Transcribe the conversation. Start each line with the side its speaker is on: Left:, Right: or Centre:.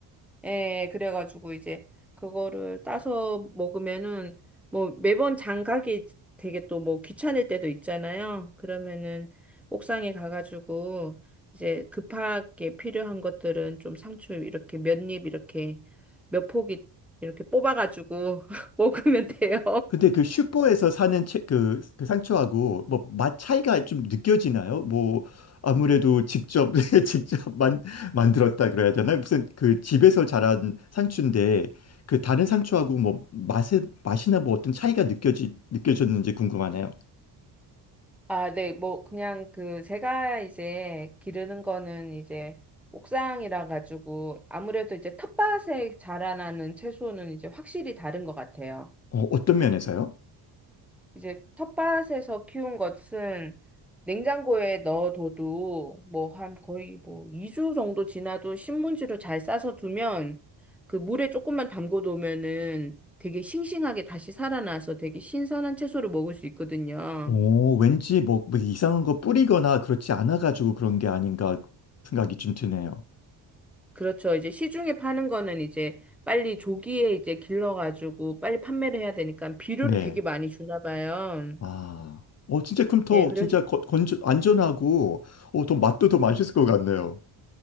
Centre: 예, 그래가지고 이제 그거를 따서 먹으면은 뭐 매번 장 가기 되게 또 뭐 귀찮을 때도 있잖아요. 그러면은 옥상에 가가지고 이제 급하게 필요한 것들은 좀 상추 이렇게 몇 입 이렇게 몇 포기 이렇게 뽑아가지고 <laughs> 먹으면 돼요.
Left: 근데 그 슈퍼에서 사는 채, 그, 그 상추하고 뭐 맛 차이가 좀 느껴지나요? 뭐 아무래도 직접 <laughs> 직접 만, 만들었다 그래야 되나? 무슨 그 집에서 자란 상추인데 그 다른 상추하고 뭐 맛에 맛이나 뭐 어떤 차이가 느껴지 느껴졌는지 궁금하네요.
Centre: 아, 네, 뭐, 그냥 그, 제가 이제 기르는 거는 이제 옥상이라 가지고 아무래도 이제 텃밭에 자라나는 채소는 이제 확실히 다른 것 같아요.
Left: 어, 어떤 면에서요?
Centre: 이제 텃밭에서 키운 것은 냉장고에 넣어둬도 뭐 한 거의 뭐 2주 정도 지나도 신문지로 잘 싸서 두면 그 물에 조금만 담궈 놓으면은 되게 싱싱하게 다시 살아나서 되게 신선한 채소를 먹을 수 있거든요.
Left: 어, 왠지 뭐뭐 이상한 거 뿌리거나 그렇지 않아 가지고 그런 게 아닌가 생각이 좀 드네요.
Centre: 그렇죠. 이제 시중에 파는 거는 이제 빨리 조기에 이제 길러가지고 빨리 판매를 해야 되니까 비료를
Left: 네.
Centre: 되게 많이 주나 봐요.
Left: 아, 어, 진짜 그럼 더
Centre: 예, 그래서
Left: 진짜 거, 건조, 안전하고, 어, 더 맛도 더 맛있을 것 같네요.